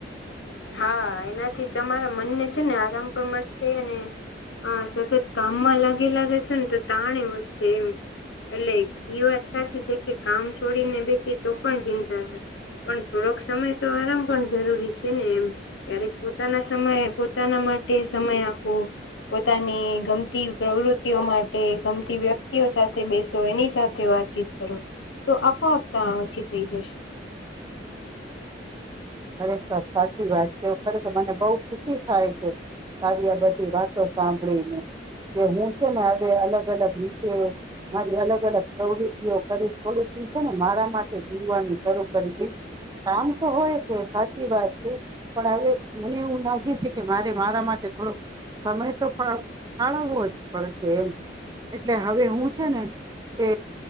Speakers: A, on the left; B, on the right.
A: હા એનાથી તમારા મનને છે ને આરામ પણ મળશે અને અ સતત કામમાં લાગેલા રહેશેને તો તાણે વધશે એમ. એટલે એ વાત સાચી છે કે કામ છોડીને બેસી તો પણ ચિંતા રહે પણ થોડોક સમય તો આરામ પણ જરૂરી છે. છે ને એમ ક્યારેક પોતાના સમય પોતાના માટે સમય આપો. પોતાની ગમતી પ્રવૃત્તિઓ માટે ગમતી વ્યક્તિઓ સાથે બેસો એની સાથે વાતચીત કરો. તો આપોઆપ તાણ ઓછી થઈ જશે.
B: ખરેખર સાચી વાત છે. ખરેખર મને બહુ ખુશી થાય છે તારી આ બધી વાતો સાંભળીને. કે હું છે ને હવે અલગ અલગ રી <unintelligible> મારી અલગ અલગ પ્રવૃત્તિઓ કરીશ થોડુંકું છે ને મારા માટે જીવવાનું શરૂ કરી દઈશ. કામ તો હોય સાચી વાત છે પણ હવે મને એવું લાગે છે કે મારે મારા માટે થોડુંક સમય તો ફાળવવો જ પડશે એમ. એટલે હવે હું છે ને તે